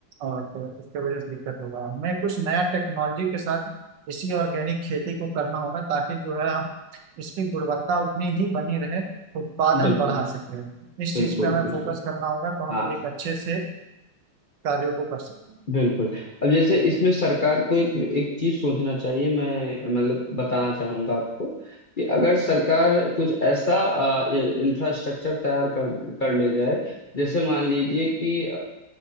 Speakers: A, on the right; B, on the left.
A: और तो उसके वजह से दिक्कत होगा हमें कुछ नया टेक्नोलॉजी के साथ इसी ऑर्गेनिक खेती को करना होगा ताकि जो है हम इसकी गुणवत्ता उतनी ही बनी रहे उत्पादन
B: बिल्कुल
A: बढ़ा सके इस
B: बिल्कुल
A: चीज़ पे हमें
B: बिल्कुल
A: फोकस करना होगा तो हम
B: हाँ
A: एक अच्छे से कार्यों को कर सकते हैं
B: बिल्कुल अब जैसे इसमें सरकार को एक एक चीज सोचना चाहिए मैं मतलब बताना चाहूंगा आपको कि अगर सरकार कुछ ऐसा इंफ्रास्ट्रक्चर तैयार कर कर ले जाए जैसे मान लीजिए कि